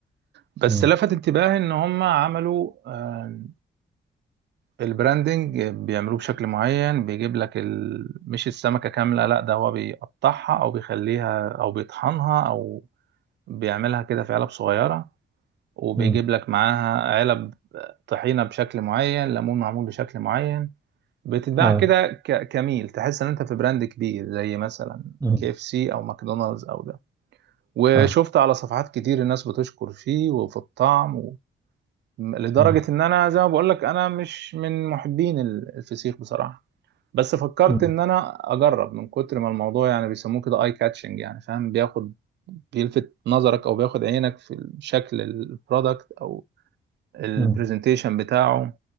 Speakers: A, on the right; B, on the right.
A: بس
B: امم
A: لفت انتباهي ان هم عملوا آه، البراندنج بيعملوه بشكل معين بيجيب لك ال... مش السمكه كامله لا ده هو بيقطعها او بيخليها او بيطحنها او بيعملها كده في علب صغيرة وبيجيب
B: امم
A: لك معاها علب طحينه بشكل معين ليمون معمول بشكل معين بتتباع
B: اه
A: كده ك- كميل تحس ان انت في براند كبير زي مثلا
B: امم
A: كي اف سي او ماكدونالدز او ده وشفت
B: اه
A: على صفحات كتير الناس بتشكر فيه وفي الطعم و... م- لدرجة
B: امم
A: ان انا زي ما بقول لك انا مش من محبين ال- الفسيخ بصراحة بس فكرت
B: امم
A: ان انا اجرب من كتر ما الموضوع يعني بيسموه كده اي كاتشنج يعني فاهم بياخد بيلفت نظرك او بياخد عينك في شكل البرودكت او البرزنتيشن
B: امم
A: بتاعه